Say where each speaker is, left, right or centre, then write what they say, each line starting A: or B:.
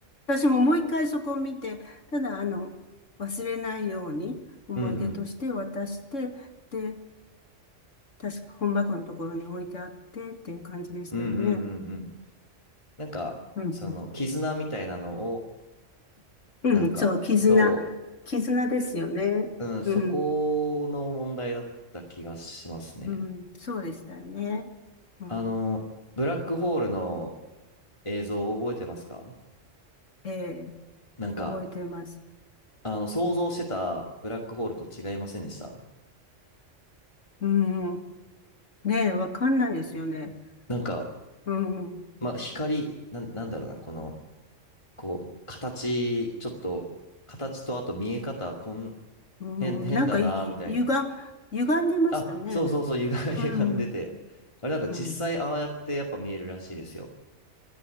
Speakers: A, on the left; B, on the left.
A: 私ももう一回そこを見て、ただあの、忘れないように思い出として渡して、
B: うんうん。
A: で、確か本箱のところに置いてあってっていう感じでしたよね。
B: うんうんうんうん。なんか、
A: うん。
B: その、絆みたいなのを、なんか、
A: うん、そう、絆。
B: そ
A: 絆ですよね。
B: う、うん、そこの問題だった気がしますね。
A: うん。うん、そうでしたよね。うん。
B: あの、ブラックホールの映像を覚えてますか
A: ええ、
B: なんか、
A: 覚えてます。
B: あの、想像してたブラックホールと違いませんでした
A: うん。ねえ、わかんないですよね。
B: なんか、
A: うん。
B: まあ、光、なん、なんだろうな、この、こう、形、ちょっと、形とあと見え方、こん、
A: うん、
B: 変、変だな、
A: なんかい、
B: みたいに
A: 歪、歪んでましたね。
B: あ、そうそうそう、歪ん、<laughs> 歪んでて。
A: うん。
B: あれなんか実際ああやってやっぱ見えるらしいですよ。
A: うん。